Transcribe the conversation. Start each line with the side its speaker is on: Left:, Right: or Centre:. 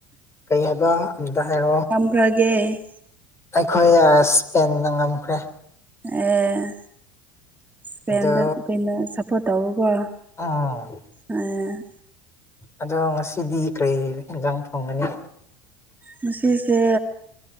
Left: ꯀꯩ ꯍꯥꯏꯕ ꯑꯝꯇ ꯍꯥꯏꯔꯛꯑꫭ
Right: ꯄꯔꯒꯦ
Left: ꯑꯩꯈꯣꯏ ꯏꯁꯄꯦꯟꯅ ꯉꯝꯈ꯭ꯔꯦ
Right: ꯑꯦ ꯏꯁꯄꯦꯟꯗ
Left: ꯑꯗꯣ
Right: ꯀꯩꯅꯣ ꯁꯞꯄ ꯁꯞꯄꯣꯠ ꯇꯧꯕ
Left: ꯎꯝ
Right: ꯀꫭ
Left: ꯑꯗꯣ ꯉꯁꯤꯗꯤ ꯀꯩ ꯌꯦꯟꯖꯥꯡ ꯊꯣꯡꯒꯅꯤ
Right: ꯉꯁꯤꯁꯦ